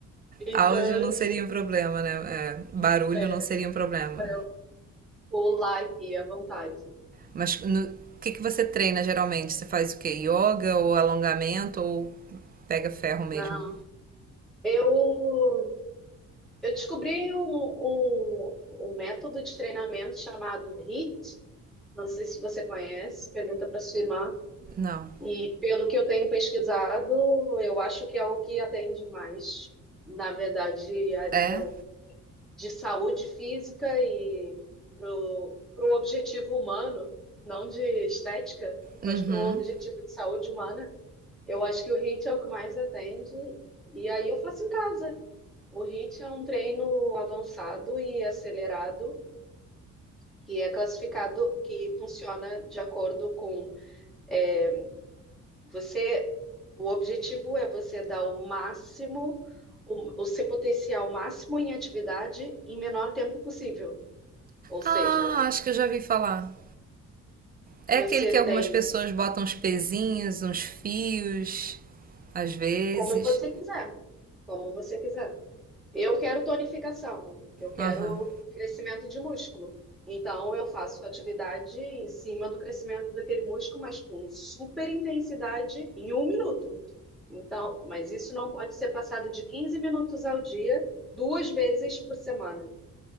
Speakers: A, in the centre; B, on the right (about 30°).
A: Então,
B: áudio não
A: tipo,
B: seria um problema, né? É, barulho
A: é,
B: não seria um problema.
A: dá pra eu pular aqui à vontade.
B: Mas no que, que você treina geralmente? Você faz o quê? Yoga ou alongamento ou pega ferro mesmo?
A: Não. Eu, eu descobri um, um, um método de treinamento chamado HIIT. Não sei se você conhece. Pergunta pra sua irmã.
B: Não.
A: E pelo que eu tenho pesquisado, eu acho que é o que atende mais, na verdade, a nível
B: É?
A: de saúde física e para o objetivo humano, não de estética, mas
B: Uhum.
A: para um objetivo de saúde humana. Eu acho que o HIIT é o que mais atende, e aí eu faço em casa. O HIIT é um treino avançado e acelerado, que é classificado, que funciona de acordo com é, Você, o objetivo é você dar o máximo, o, o seu potencial máximo em atividade em menor tempo possível. Ou seja,
B: Ah, acho que eu já vi falar. É
A: você
B: aquele que
A: tem
B: algumas pessoas botam uns pezinhos, uns fios, às vezes.
A: como você quiser, como você quiser. Eu quero tonificação, eu quero
B: Aham.
A: crescimento de músculo. Então, eu faço atividade em cima do crescimento daquele músculo, mas com super intensidade em um minuto. Então, mas isso não pode ser passado de 15 minutos ao dia, duas vezes por semana.